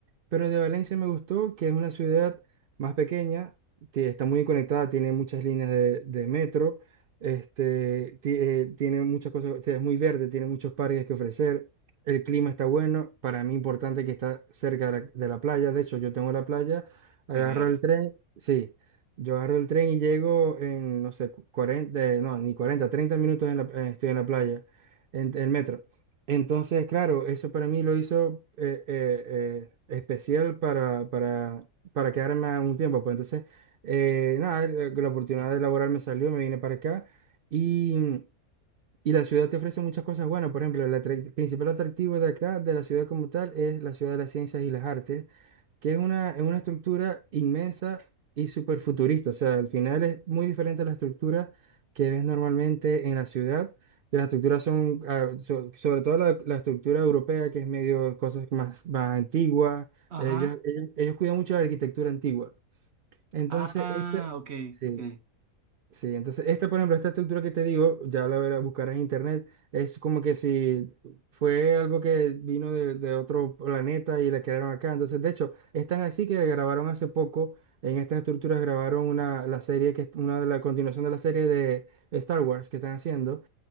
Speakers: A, on the right; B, on the right.
A: Pero de Valencia me gustó que es una ciudad más pequeña, que está muy conectada, tiene muchas líneas de, de metro. Este, ti- eh, tiene muchas cosas, este, es muy verde, tiene muchos parques que ofrecer. El clima está bueno. Para mí, importante que está cerca de la, de la playa. De hecho, yo tengo la playa, agarro
B: Genial.
A: el tren. Sí, yo agarro el tren y llego en, no sé, cu- 40, eh, no, ni 40, 30 minutos en la- eh, estoy en la playa, en el metro. Entonces, claro, eso para mí lo hizo eh, eh, eh, especial para, para, para quedarme un tiempo. Pues entonces, eh, nada, la la oportunidad de laborar me salió, me vine para acá. Y, y la ciudad te ofrece muchas cosas buenas. Por ejemplo, el atrac- principal atractivo de acá, de la ciudad como tal, es la ciudad de las ciencias y las artes, que es una, es una estructura inmensa y súper futurista. O sea, al final es muy diferente a la estructura que ves normalmente en la ciudad. Que las estructuras son, ah, so- sobre todo la, la estructura europea, que es medio cosas más, más antiguas.
B: Ajá.
A: Ellos, ellos, ellos cuidan mucho la arquitectura antigua. Entonces,
B: Ah,
A: esta,
B: ok,
A: sí.
B: ok.
A: Sí, entonces esta, por ejemplo, esta estructura que te digo, ya la verás, buscarás en internet, es como que si fue algo que vino de, de otro planeta y la crearon acá. Entonces, de hecho, es tan así que grabaron hace poco, en estas estructuras grabaron una, la serie que es una de la continuación de la serie de Star Wars que están haciendo.